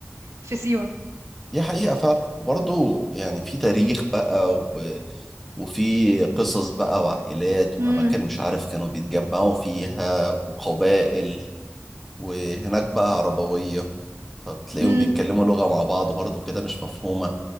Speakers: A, on the right (about 75°); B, in the centre.
A: في سيوة
B: دي حقيقة فعلا وبرضو يعني في تاريخ بقى و... وفي قصص بقى وعائلات وأماكن
A: امم
B: مش عارف كانوا بيتجمعوا فيها وقبائل وهناك بقى عربوية فبتلاقيهم
A: امم
B: بيتكلموا لغة مع بعض برضو كده مش مفهومة